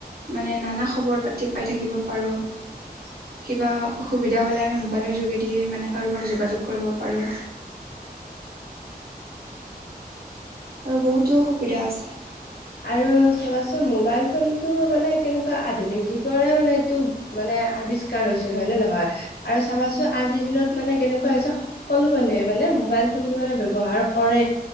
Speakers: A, on the right; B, on the left.
A: মানে, নানা খবৰ পাতি পাই থাকিব পাৰো। কিবা, অসুবিধা হ'লে আমি মোবাইলৰ যোগেদিয়ে মানে, কাৰোবাক যোগা কৰিব পাৰো। আৰু বহুতেও সুবিধা আছে।
B: আৰু চাবাচোন, মোবাইল ফোনটো মানে, কেনেকুৱা আধুনিক যুগৰে মানে এইটো মানে, আৱিষ্কাৰ হৈছিল হয়নে নহয়?। আৰু চাবাচোন, আজিৰ দিনত মানে কেনেকুৱা হৈছে, সকলো মানুহে মানে, মোবাইল ফোনতটো মানে ব্যৱহাৰ কৰে